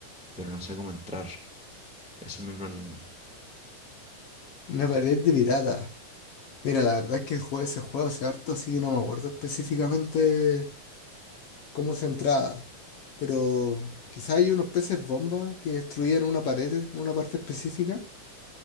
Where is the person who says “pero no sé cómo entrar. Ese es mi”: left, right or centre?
Centre